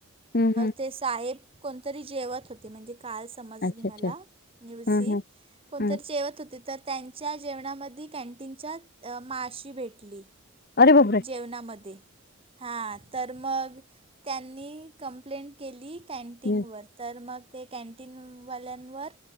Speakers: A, on the left; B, on the right.
A: हम्म, हम्म.
B: ते साहेब कोणतरी जेवत होते म्हणजे काल समजली
A: अच्छा
B: मला
A: अच्छा.
B: न्यूज
A: हं,
B: ही
A: हं,
B: कोणतरी
A: हं.
B: जेवत होते तर त्यांच्या जेवणामध्ये दी कॅन्टीनच्या माशी भेटली
A: अरे बापरे!
B: जेवणामध्ये हां तर मग त्यांनी कंप्लेंट केली कॅनटीनवर
A: हं,
B: तर मग ते कॅन्टीनवाल्यांवर